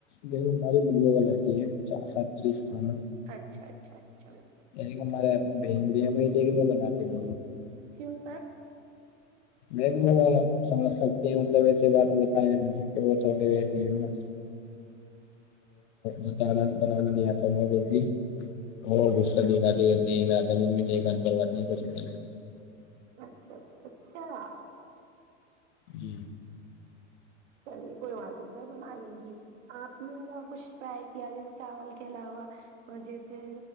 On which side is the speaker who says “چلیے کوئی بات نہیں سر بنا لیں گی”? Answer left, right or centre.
Right